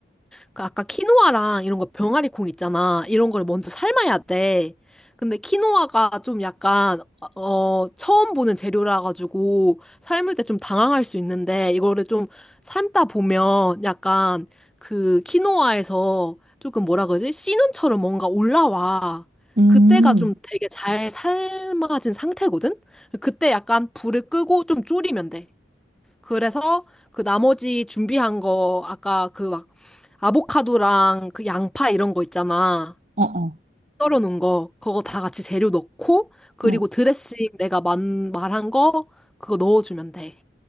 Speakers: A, in the centre; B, on the right.
A: 그 아까 키노아랑 이런 거 병아리 콩 있잖아. 이런 걸 먼저 삶아야 돼. 근데 키노아가 좀 약간 어 처음 보는 재료라 가지고 삶을 때 좀 당황할 수 있는데 이거를 좀 삶다 보면 약간 그 키노아에서 조금 뭐라 그러지? 씨눈처럼 뭔가 올라와.
B: 음,
A: 그때가 좀 되게 잘 삶아진 상태거든? 그때 약간 불을 끄고 좀 졸이면 돼. 그래서 그 나머지 준비한 거 아까 그 막 아보카도랑 그 양파 이런 거 있잖아.
B: 어, 어,
A: 썰어 놓은 거 그거 다 같이 재료 넣고 그리고
B: 어
A: 드레싱 내가 만, 말한 거 그거 넣어주면 돼.